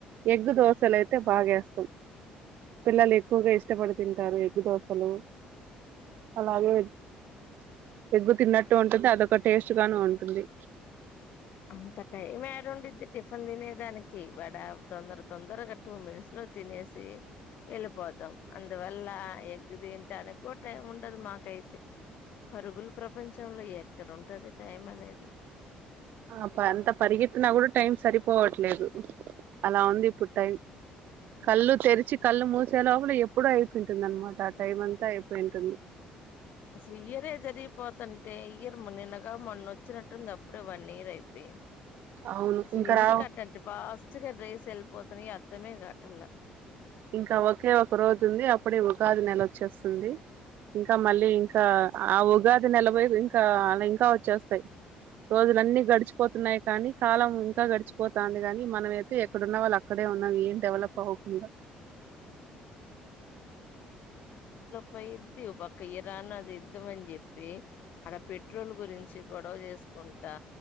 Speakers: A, on the right; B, on the left.
A: ఎగ్గు దోశలు అయితే బాగేస్తాం పిల్లలు ఎక్కువగా ఇష్టపడి తింటారు ఎగ్గు దోశలు అలాగే ఎగ్గు తిన్నట్టు ఉంటది అదొక టేస్ట్ చుక్కుగాను ఉంటుంది
B: అంత టైం ఏడండిద్ది టిఫిన్ తినేదానికి వడ తొందర తొందరగా టూ మినిట్స్ లో తినేసి వెళ్ళిపోతాం అందువ అలా ఎగ్గు తింటానికి కూడా టైం ఉండదు మాకైతే పరుగుల ప్రపంచంలో ఎక్కడ ఉంటది టైం అనేది
A: ఆప్ప అంత పరిగెత్తినా కూడా టైమ్ సరిపోవట్లేదు అలా ఉంది ఇప్పుడు టైం
B: హ్మ్.
A: కళ్ళు తెరిచి కళ్ళు మూసి చేలోపల ఎప్పుడో అయిపోతుంది అన్నమాట ఆ టైమ్ అంతా అయిపోయి ఉంటుంది
B: అసలు ఇయరే జరిగిపోతుంటే ఇయరు నిన్నగా మొన్నొచ్చినట్టుంది అప్పుడే వన్ ఇయర్ అయిపోయింది
A: అవును
B: అసలు
A: ఇంకా
B: ఎందుకు
A: రావు
B: ఆటటా పాస్ అసలే డేస్ వెళ్ళిపోతున్నాయి అర్థమే గావట్లే
A: ఇంకా ఒకే ఒక రోజు ఉంది అప్పుడే ఉగాది నెల వచ్చేస్తుంది ఇంకా మళ్ళీ ఇంకా ఆ ఉగాది నెల పో ఇంకా అలా ఇంకా వచ్చేస్తాయి రోజులన్ని గడిచిపోతున్నాయి కానీ కాలం ఇంకా గడిచిపోతంది కాని మనమైతే ఎక్కడన్న వాళ్ళు అక్కడే ఉన్నాం ఏం డెవలప్ అవ్వకుండా
B: పద్ది పక్క ఇరాన్ అది యుద్ధం అని చెప్పి అడ పెట్రోల్ గురించి చి గొడవ చేసుకుంటా